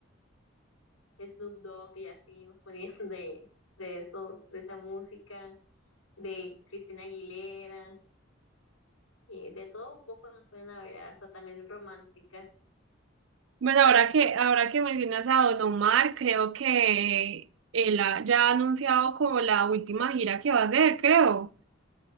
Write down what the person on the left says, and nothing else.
Snoop Dogg y así nos ponían <laughs> de, de eso, de esa música, de Cristina Aguilera, y de todo un poco nos ponían a bailar, hasta también románticas.